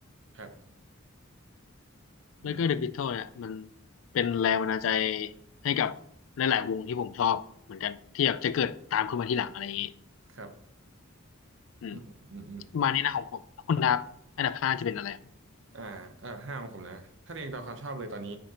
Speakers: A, on the right; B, on the left.
A: ครับอืม
B: แล้วก็เด e ะบิท l ทิเนี่ยมันเป็นแรงบันดาลใจให้กับหลายๆวงที่ผมชอบเหมือนกันที่แบบจะเกิดตามขึ้นมาทีหลังอะไรอย่างงี้
A: ครับ
B: อืม
A: อืมอืมอืม
B: ประมาณนี้นะของผม้คุณดับอันดับห้าจะเป็นอะไร
A: อ่าเอ่ห้าของผมนะถ้าเรียงตามความชอบเลยตอนนี้